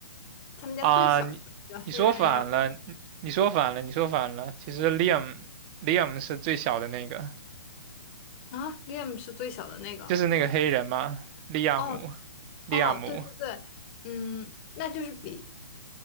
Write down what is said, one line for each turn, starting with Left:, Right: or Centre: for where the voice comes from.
Left: 他们家最小的那个黑人要
Right: 啊，你你说反了，你你说反了，你说反了。其实 Liam Liam 是最小的那个，
Left: 啊，Liam 是最小的那个。
Right: 就是那个黑人嘛，利亚姆，
Left: 哦，
Right: 利亚姆，
Left: 哦，对对对，嗯，那就是比